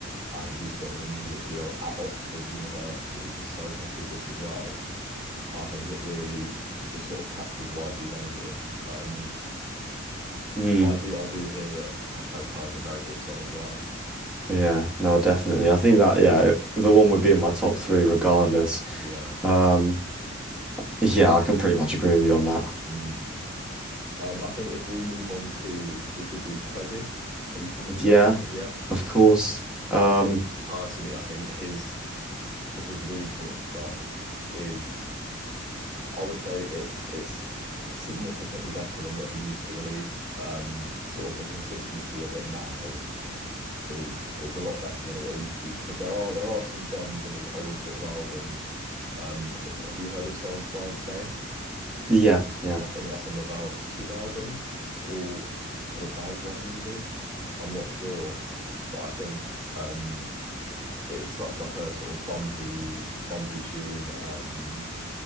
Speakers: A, on the right (about 40°); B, in the centre.
A: and he's filming a music video at Oxford University, which is so prestigious as well. I think it really just sort of captures Whitey's energy. Um,
B: Mm,
A: but I do I do hear that hashtag Pearl is a very good song as well.
B: yeah, no, definitely. I think that yeah, it- the one would be in my top three regardless.
A: Yeah.
B: Um, yeah, I can pretty much agree with you on that.
A: Mm. Um, I think if we move on to we could do Kwezi. Are you familiar
B: Yeah.
A: with Kwezi? Yeah.
B: Of course.
A: I
B: Um,
A: think personally, I think his his recent stuff is I would say it's it's significantly better than what he used to release. Um, sort of the consistency of it now is is a lot better than what it used to be because there are there are some gems in his old sort of albums. Um, if have you heard his song Francais?
B: yeah, yeah.
A: I think that's on the Vows 2 album or or Vows 1 maybe. I'm not sure, but I think um it's such like a sort of bumpy bumpy tune um